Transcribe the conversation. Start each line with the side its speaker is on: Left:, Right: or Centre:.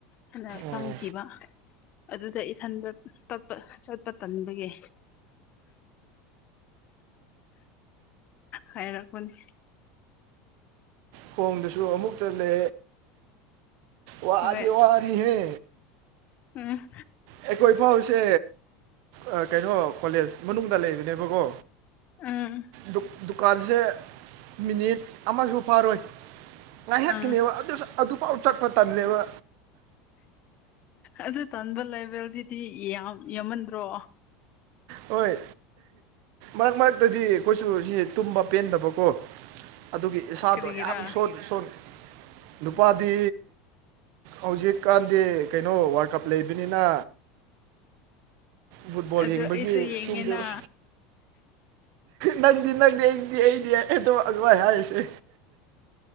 Left: ꯍꯥꯏꯅ ꯆꯪꯈꯤꯕ
Right: ꯑꯣ
Left: ꯑꯗꯨꯗ ꯏꯊꯟꯗ ꯇꯞꯄ ꯆꯠꯄ ꯇꯟꯕꯒꯤ ꯍꯥꯏꯔꯛꯄꯅꯦ
Right: ꯈꯣꯡꯗꯁꯨ ꯑꯃꯨꯛ ꯆꯠꯂꯦ ꯋꯥꯗꯤ
Left: ꯍꯣꯏ
Right: ꯋꯥꯅꯤꯍꯦ
Left: ꯎꯝ
Right: ꯑꯩꯈꯣꯏ ꯐꯥꯎꯁꯦ ꯑ ꯀꯩꯅꯣ ꯀꯣꯂꯦꯖ ꯃꯅꯨꯡꯗ ꯂꯩꯕꯅꯦꯕꯀꯣ
Left: ꯎꯝ
Right: ꯗꯨꯛ ꯗꯨꯀꯥꯟꯁꯦ ꯃꯤꯅꯤꯠ ꯑꯃꯁꯨ ꯐꯥꯔꯣꯏ ꯉꯥꯏꯍꯥꯛꯀꯤꯅꯦꯕ
Left: ꯑꯥ
Right: ꯑꯗꯨꯁꯨ ꯑꯗꯨꯐꯥꯎ ꯆꯠꯄ ꯇꯜꯂꯦꯕ
Left: ꯑꯗꯨ ꯇꯟꯕ ꯂꯦꯚꯦꯜꯗꯤꯗꯤ ꯌꯥꯝ ꯌꯥꯝꯃꯟꯗ꯭ꯔꯣ
Right: ꯑꯣꯏ ꯃꯔꯛ ꯃꯔꯛꯇꯗꯤ ꯑꯩꯈꯣꯏꯁꯨ ꯁꯤꯁꯦ ꯇꯨꯝꯕ ꯄꯦꯟꯗꯕꯀꯣ ꯑꯗꯨꯒꯤ ꯏꯁꯥꯗꯣ
Left: ꯀꯔꯤꯒꯤꯔꯥ
Right: ꯌꯥꯝ ꯁꯣꯟ ꯁꯣꯟ ꯅꯨꯄꯥꯗꯤ ꯍꯧꯖꯤꯛꯀꯥꯟꯗꯤ ꯀꯩꯅꯣ ꯋꯥꯔꯜ ꯀꯞ ꯂꯩꯕꯅꯤꯅꯥ ꯐꯨꯠꯕꯣꯜ
Left: ꯑꯗꯨ
Right: ꯌꯦꯡꯕꯒꯤ
Left: ꯑꯩꯁꯨ ꯌꯦꯡꯉꯦꯅ
Right: ꯇꯨꯝꯗ꯭ꯔꯕ ꯅꯪꯗꯤ ꯅꯪꯗꯤ ꯑꯩꯗꯤ ꯑꯩꯗꯤ <unintelligible> ꯑꯒꯋꯥ ꯍꯥꯏꯔꯤꯁꯦ